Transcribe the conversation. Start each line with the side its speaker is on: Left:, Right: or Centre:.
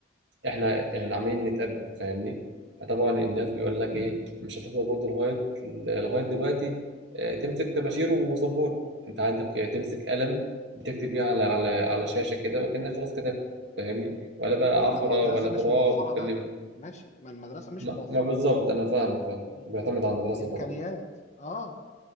Right: احنا يعني عمالين نتقدم فاهمني فطبعا الناس بيقول لك ايه مش هتفضل برضه لغايه لغايه دلوقتي آه، تمسك طباشير وسبوره انت عندك آه، تمسك قلم بتكتب بيه على على على شاشه كده وكانك خلاص كتبت فاهمني ولا بقى عفره
Left: ما المدرسه
Right: ولا تراب
Left: مش موفره
Right: وكلمه
Left: ده ماشي ما المدرسه مش
Right: ما,
Left: موفره
Right: ما بالظبط
Left: ده
Right: انا فاهم فاهم
Left: م.
Right: بيعتمد على المدرسه
Left: الامكانيات
Right: طبعا
Left: اه